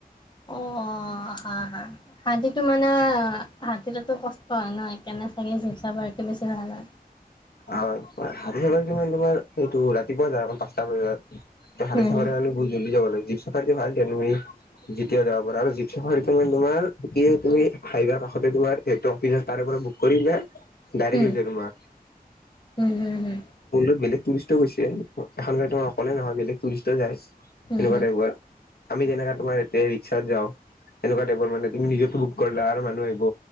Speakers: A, on the left; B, on the left.
A: অ'। অ' হা-হা-হাতীটো মানে হতিটোটো কষ্ট হয় ন' হে কেনে চাগে জীপ চাফাৰী সেইটো বেছি ভাল হয়
B: অ' হাতী চাফাৰীটো মানে তোমাৰ সটো ৰাতিপুৱা যা পাঁচটা বজাত। ত, হাটি
A: উম
B: চাব হ'লে বহুত জল্দি যাব লাগিব, জিপ বাকি ভাল দিয়া তুমি যেতীয়া যাব পাৰা আৰু জীপ চাফাৰিটো মানে তোমাৰ কি তুমি হাইওৱে কাষতে। তোমাৰ এটঅফিয়াৰ তাৰে পৰা বুক কৰিলে ডাইৰেক্ট
A: উম
B: লৈ যায় তোমাৰ
A: উম, হম, হম।
B: বেলেগ টুৰিষ্ট গৈছিল, এখন গাড়ী তোমাৰ অকলে নহয়, বেলেগ টুৰিষ্ট যায়
A: হুম
B: এনেকুৱা
A: হুম
B: টাইপৰ। আমি যেনেকা তোমাৰ এয়াতে ৰিক্সাত যাওঁ। এনেকুৱা টাইপৰ মানে তুমি নিজটো বুক কৰিলা আৰু মানুহ আহিব